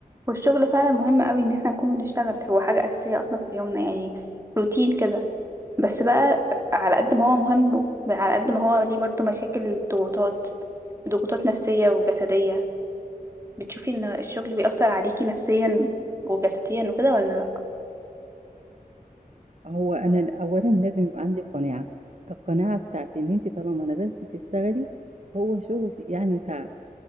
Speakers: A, on the right; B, on the right.
A: والشغل فعلا مهم قوي ان احنا نكون بنشتغل هو حاجة أساسية اصلا في يومنا يعني روتين كده بس بقى على قد ما هو مهم على قد ما هو ليه برضه مشاكل ضغوطات ضغوطات نفسية وجسدية بتشوفي ان الشغل بيأثر عليكي نفسيا وجسديا وكده ولا لا
B: هو انا اولا لازم يبقى عندي قناعه القناعه بتاعتي ان انت طالما نزلتي تشتغلي هو شغل يعني تعب